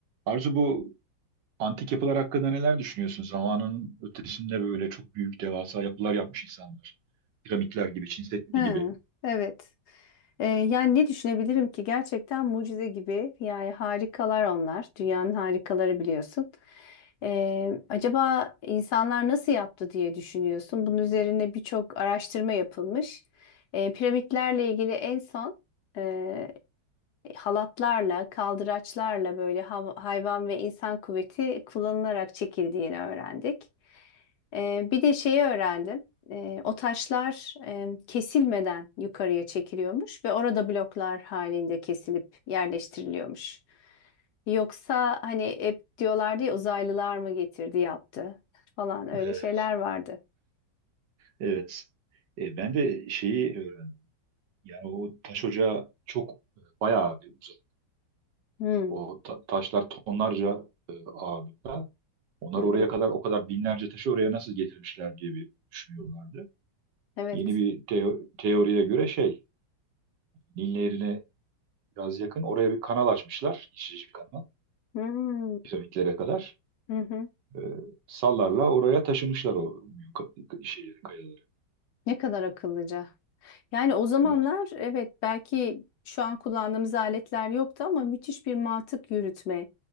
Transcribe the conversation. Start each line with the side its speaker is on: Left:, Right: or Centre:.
Right: Arzu bu antik yapılar hakkında neler düşünüyorsun? Zamanın ötesinde böyle çok büyük devasa yapılar yapmış insanlar. Piramitler gibi, Çin Seddi
Left: Hı,
Right: gibi.
Left: evet. Ee, yani ne düşünebilirim ki gerçekten mucize gibi yani harikalar onlar dünyanın harikaları biliyorsun. Ee, acaba insanlar nasıl yaptı diye düşünüyorsun. Bunun üzerine birçok araştırma yapılmış. Ee, piramitlerle ilgili en son e, halatlarla, kaldıraçlarla böyle hav- hayvan ve insan kuvveti kullanılarak çekildiğini öğrendik. Ee, bir de şeyi öğrendim. Ee, o taşlar e, kesilmeden yukarıya çekiliyormuş ve orada bloklar halinde kesilip yerleştiriliyormuş. Yoksa hani hep diyorlardı ya uzaylılar mı getirdi yaptı falan öyle
Right: Evet.
Left: şeyler vardı.
Right: Evet. E, ben de şeyi öğrendim. Yani o taş ocağı çok e, bayağı bir uzak.
Left: Hmm.
Right: O ta- taşlar tonlarca e, ağırlıkta. Onlar
Left: Hı hı.
Right: oraya kadar o kadar binlerce taşı oraya nasıl getirmişler diye bir düşünüyorlardı.
Left: Evet.
Right: Yeni bir teo- teoriye göre şey, Nil Nehri'ne biraz yakın oraya bir kanal açmışlar, geçici kanal,
Left: Hmm.
Right: piramitlere kadar.
Left: Hı hı.
Right: E, sallarla oraya taşımışlar o büyük ka- şeyleri, kayaları.
Left: Ne kadar akıllıca. Yani o zamanlar
Right: Evet.
Left: evet belki şu an kullandığımız aletler yoktu ama müthiş bir mantık yürütme,